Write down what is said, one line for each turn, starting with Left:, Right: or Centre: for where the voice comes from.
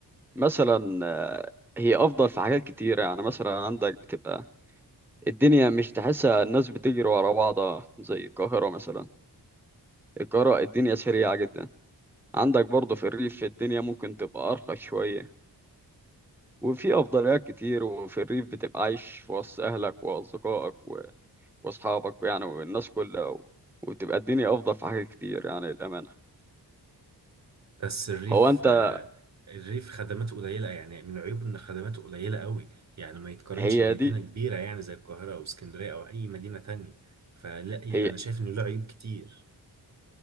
Centre: مثلا آه، هي أفضل في حاجات كتيرة يعني مثلا عندك بتبقى الدنيا مش تحسها الناس بتجري ورا بعضها زي القاهرة مثلا القاهرة الدنيا سريعة جدا عندك برضه في الريف الدنيا ممكن تبقى أرخص شوية وفي أفضليات كتير وفي الريف بتبقى عايش في وسط أهلك وأصدقائك و- وأصحابك يعني والناس كلها و... وتبقى الدنيا أفضل في حاجات كتير يعني الأمانة
Right: بس الريف
Centre: هو أنت
Right: آه، الريف خدماته قليلة يعني من عيوبه إن خدماته قليلة قوي يعني ما يتقارنش
Centre: هي
Right: بمدينة
Centre: دي
Right: كبيرة يعني زي القاهرة أو اسكندرية أو أي مدينة تانية فلا
Centre: هي
Right: أنا شايف إنه له عيوب كتير